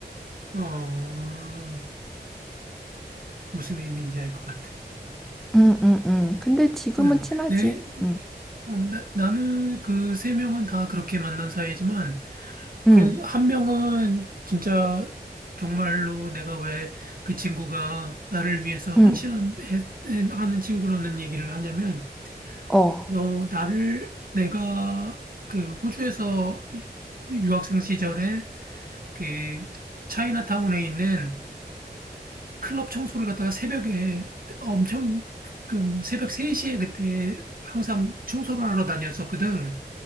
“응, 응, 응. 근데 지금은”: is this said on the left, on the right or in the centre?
Centre